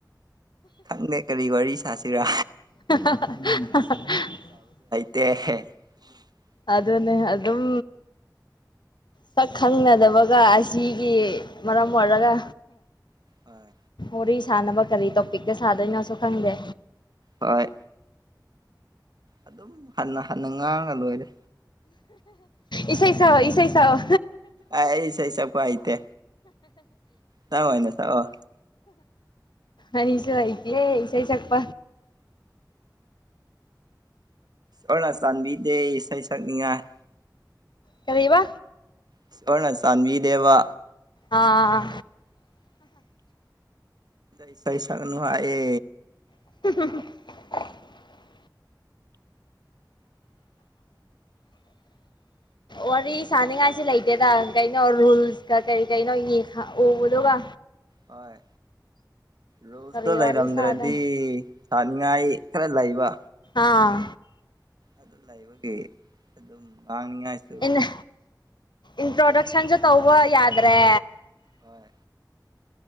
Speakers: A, on the right (about 65°); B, on the left (about 85°).
A: ꯈꯪꯗꯦ ꯀꯔꯤ ꯋꯥꯔꯤ ꯁꯥꯁꯤꯔ
B: <unintelligible>
A: <unintelligible>
B: ꯑꯗꯨꯅꯦ ꯑꯗꯨꯝ ꯁꯛ ꯈꯪꯅꯗꯕꯒ ꯑꯁꯤꯒꯤ ꯃꯔꯝ ꯑꯣꯏꯔꯒ
A: ꯍꯣꯏ
B: ꯋꯥꯔꯤ ꯁꯥꯥꯟꯅꯕ ꯀꯔꯤ ꯇꯣꯄꯤꯛꯇ ꯁꯥꯗꯣꯏꯅꯣꯁꯨ ꯈꯪꯗꯦ
A: ꯍꯣꯏ ꯑꯗꯨꯝ ꯍꯟꯅ ꯍꯟꯅ ꯉꯥꯡꯉ ꯂꯣꯏꯔꯦ
B: ꯏꯁꯩ ꯁꯛꯑꯣ ꯏꯁꯩ ꯁꯛꯑꯣ
A: ꯑꯩ ꯏꯁꯩ ꯁꯛꯄ ꯍꯩꯇꯦ ꯅꯪ ꯑꯣꯏꯅ ꯁꯛꯑꯣ
B: ꯑꯩꯁꯨ ꯍꯥꯏꯏꯇꯦ ꯏꯁꯥꯏ ꯆꯛꯄ
A: ꯑꯣꯅ ꯆꯥꯟꯕꯤꯗꯦ ꯏꯁꯩ ꯁꯛꯅꯤꯡꯉꯥꯏ
B: ꯀꯔꯤꯕ
A: ꯏꯁꯣꯔꯅ ꯆꯥꯟꯕꯤ ꯗꯦꯕ
B: ꯑꯥ
A: ꯏꯁꯩ ꯁꯛꯅꯨ ꯍꯥꯏꯌꯦ
B: <unintelligible> ꯋꯥꯔꯤ ꯁꯥꯟꯅꯤꯡꯉꯥꯏꯁꯤ ꯂꯩꯇꯦꯗ ꯀꯩꯅꯣ ꯔꯨꯜꯁꯀ ꯀꯔꯤ ꯀꯩꯅꯣ ꯎꯕꯗꯒ
A: ꯍꯣꯏ ꯔꯨꯜꯗꯣ
B: ꯀꯔꯤ
A: ꯂꯩꯔꯗ꯭ꯔꯗꯤ
B: ꯋꯥꯔꯤ ꯁꯥꯗꯣꯏ
A: ꯆꯥꯅꯤꯡꯉꯥꯏ ꯈꯔ ꯂꯩꯕ
B: ꯑꯥ
A: ꯑꯗꯨ ꯂꯩꯕꯒꯤ ꯑꯗꯨꯝ ꯇꯅꯤꯉꯥꯏꯁꯨ
B: ꯏꯟ ꯏꯟꯇ꯭ꯔꯣꯗꯛꯁꯟꯁꯨ ꯇꯧꯕ ꯌꯥꯗ꯭ꯔꯦ
A: ꯍꯣꯏ